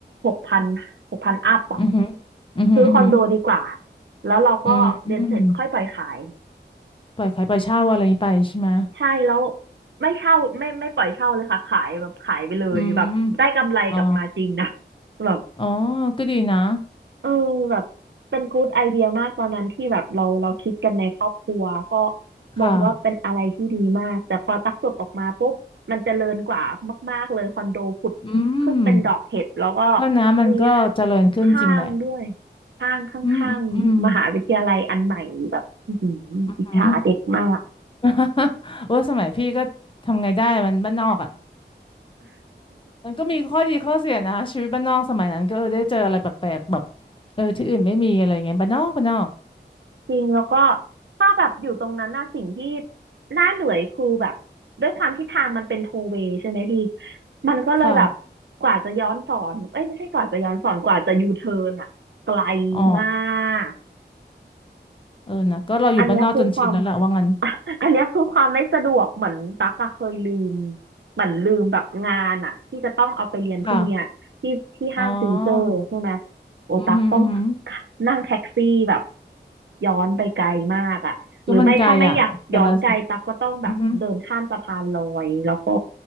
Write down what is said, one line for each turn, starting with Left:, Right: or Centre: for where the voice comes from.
Right: หกพันหกพันอัพอ่ะ
Left: อืมอืมอืมอ
Right: ซื้อคอนโดดีกว่าแล้วเราก็เรียนเสร็จค่อยปล่อยขาย
Left: ืมอืมปล่อยขายปล่อยเช่าอะไรนี้ไปใช่ไหม
Right: ใช่แล้วไม่เช่าไม่ไม่ปล่อยเช่าเลยค่ะขายแบบขายไปเลยแบบได้กำไรกลับมาจริงนะ
Left: อืมอ๋อ
Right: <laughs> แบบ
Left: อ๋อก็ดีนะ
Right: เออแบบเป็นกูดไอเดียมากตอนนั้นที่แบบเราเราคิดกันในครอบครัวก็
Left: ค่ะ
Right: มองว่าเป็นอะไรที่ดีมากแต่พอตักจบออกมาปุ๊บมันเจริญกว่ามากๆเลยคอนโดผุดขึ้นเป็นดอกเห็ดแล้วก็
Left: อืมก็นะมันก็เจริญขึ้นจริงแหละ
Right: มีห้างด้วยห้างข้างๆมหาวิทยาลัยอันใหม่แบบอื้อหืออิจฉาเด็กมาก
Left: อืมอืมอืมอืม <laughs> โอ้สมัยพี่ก็ทำไงได้มันบ้านนอกอ่ะมันก็มีข้อดีข้อเสียนะชีวิตบ้านนอกสมัยนั้นก็เออได้เจออะไรแปลกๆแบบเออที่อื่นไม่มีอะไรเงี้ยบ้านนอกบ้านนอก
Right: จริงแล้วก็ถ้าแบบอยู่ตรงนั้นน่ะสิ่งที่น่าเหนื่อยคือแบบด้วยความที่ทางมันเป็นโทเวย์ใช่ไหมพี่มันก็เลยแบบ
Left: ค่ะ
Right: กว่าจะย้อนสอนเอ้ยไม่ใช่กว่าจะย้อนสอนกว่าจะยูเทิร์นอ่ะไกล
Left: อ๋อ
Right: มาก
Left: เออนะก็เราอยู่บ้านนอกจนชินแล้วแหละว่างั้น
Right: อันเนี้ยคือความ <laughs> อันเนี้ยคือความไม่สะดวกเหมือนตั๊กอะเคยลืมเหมือนลืมแบบงานอะที่จะต้องเอาไปเรียนพรุ่งเนี้ยที่ที่ห้างฟิวเจอร์ใช่ไหม
Left: ค่ะอ๋อ
Right: โอตั๊กต้อง
Left: อือหืออือหือ
Right: <laughs> นั่งแท็กซี่แบบย้อนไปไกลมากอะหรือไม่ถ้าไม่อยากย้อนไกลตั๊กก็ต้องแบบเดินข้ามสะพานลอยแล้วก็
Left: ก็มันไกลอ่ะแต่ละอือหือ